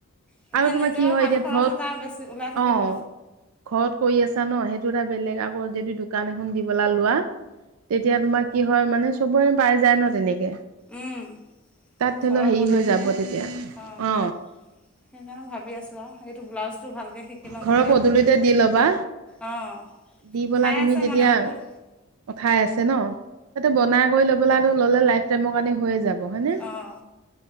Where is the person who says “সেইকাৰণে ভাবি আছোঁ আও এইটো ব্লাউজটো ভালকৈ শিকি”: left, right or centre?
Centre